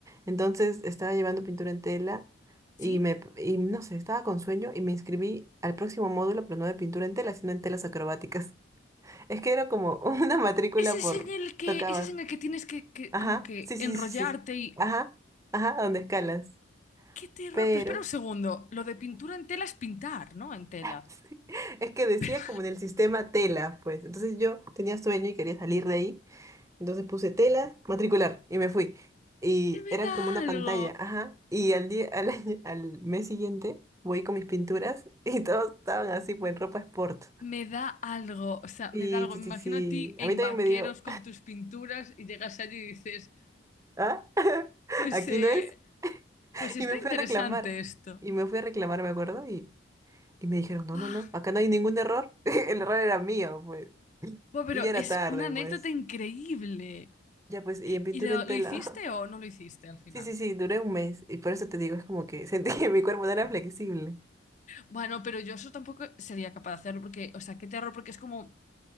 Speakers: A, on the right (about 15°); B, on the left (about 40°).
A: Entonces estaba llevando pintura en tela
B: sí.
A: y me, y no sé, estaba con sueño y me inscribí al próximo módulo, pero no de pintura en tela, sino en telas acrobáticas. <laughs> Es que era como <laughs> una matrícula
B: Ese es
A: por,
B: en el que,
A: tocaba.
B: ese es en el que tienes que, que
A: Ajá,
B: como que
A: sí,
B: enrollarte
A: sí, sí, sí. sí.
B: y...
A: Ajá, ajá, a donde escalas.
B: ¡Qué terror!
A: Pero
B: Pero espera un segundo, lo de pintura en tela es pintar, ¿no? En tela.
A: <laughs> sí, es que
B: <laughs>
A: decía como en el sistema tela, pues. Entonces yo tenía sueño y quería salir de ahí. Entonces puse tela, matricular y me fui. Y
B: ¿Qué me
A: era
B: da
A: como una
B: algo?
A: pantalla, ajá. Y al día, al <laughs> año- al mes siguiente voy con mis pinturas <laughs> y todos estaban así, pues en ropa sport.
B: Me da algo, o sea,
A: Sí,
B: me da algo.
A: sí,
B: Me
A: sí,
B: imagino
A: sí.
B: a ti en
A: A mí también
B: vaqueros
A: me dio,
B: con tus pinturas y llegas allí y dices,
A: <laughs> ¿ah? <laughs>
B: pues,
A: Aquí
B: eh,
A: no es.
B: pues está
A: Y me
B: interesante
A: fui a reclamar.
B: esto.
A: Y me fui a reclamar, me acuerdo, y Y me dijeron, no,
B: Buah,
A: no, no, acá no hay ningún error. <laughs> El error era mío, pues.
B: buah, pero
A: Y ya era
B: es
A: tarde,
B: una anécdota
A: pues.
B: increíble.
A: Ya, pues, y en pintura
B: ¿Y lo,
A: en tela.
B: lo hiciste
A: <laughs>
B: o no lo hiciste al final?
A: Sí, sí, sí, duré un mes. Y por eso te digo, es como que <laughs> sentí que mi cuerpo no era flexible.
B: Bueno, pero yo eso tampoco sería capaz de hacerlo porque, o sea, qué terror, porque es como,